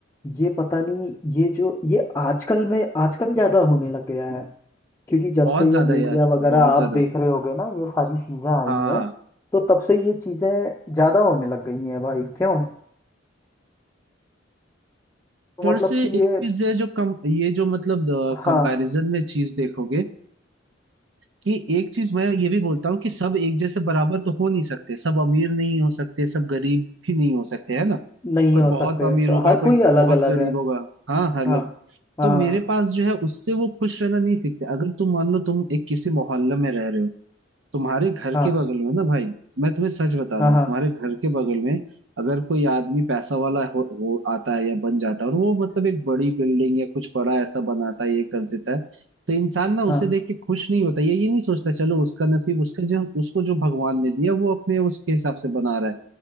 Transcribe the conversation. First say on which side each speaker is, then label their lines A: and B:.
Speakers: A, on the left; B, on the right.
A: ये पता नहीं ये जो ये आजकल में आजकल ज्यादा होने लग गया है क्योंकि जब
B: बहुत
A: से
B: ज्यादा
A: ये मीडिया
B: यार
A: वगैरह
B: बहुत
A: आप
B: ज्यादा
A: देख रहे होगे ना ये सारी चीजें आई
B: हाँ
A: हैं तो तब से ये चीजें ज्यादा होने लग गई हैं भाई क्यों तो
B: पर
A: मतलब
B: से
A: कि
B: एक
A: ये
B: चीज है जो कम ये जो मतलब कंपैरिजन
A: हाँ
B: में चीज देखोगे कि एक चीज मैं ये भी बोलता हूँ कि सब एक जैसे बराबर तो हो नहीं सकते सब अमीर नहीं हो सकते सब गरीब भी नहीं हो सकते है ना
A: नहीं
B: कोई
A: हो
B: हम्म, बहुत
A: सकते
B: अमीर
A: स-
B: होगा
A: हर
B: कोई
A: कोई अलग
B: बहुत
A: अलग
B: गरीब
A: है
B: होगा हाँ हर
A: हाँ हाँ
B: तो मेरे पास जो है उससे वो खुश रहना नहीं सीखते अगर तुम मान लो तुम एक किसी मोहल्ले में रह रहे हो तुम्हारे घर
A: हाँ
B: के बगल में ना भाई मैं तुम्हें सच बता रहा
A: हाँ
B: हूँ
A: हाँ
B: तुम्हारे घर के बगल में अगर कोई आदमी पैसा वाला हो, हो आता है या बन जाता है और वो मतलब एक बड़ी बिल्डिंग या कुछ बड़ा ऐसा बनाता है ये कर देता है तो इंसान ना उसे
A: हाँ
B: देख के खुश नहीं होता ये ये नहीं सोचता चलो उसका नसीब उसका जो उसको जो भगवान ने दिया वो अपने उसके हिसाब से बना रहा है